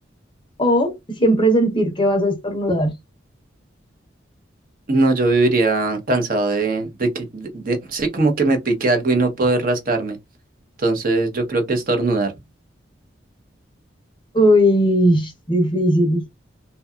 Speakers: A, on the left; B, on the right.
A: o siempre sentir que vas a estornudar?
B: No, yo viviría cansado de, de que, de- de- sí, como que me pique algo y no poder rascarme. Entonces, yo creo que estornudar.
A: Uy, difícil.